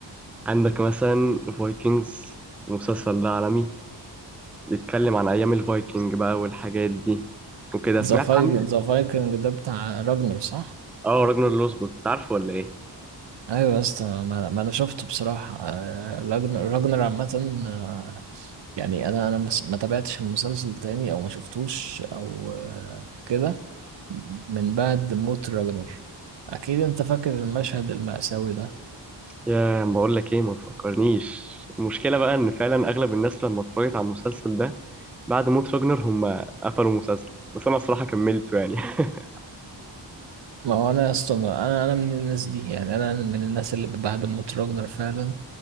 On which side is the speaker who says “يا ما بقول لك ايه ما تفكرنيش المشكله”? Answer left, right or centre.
Centre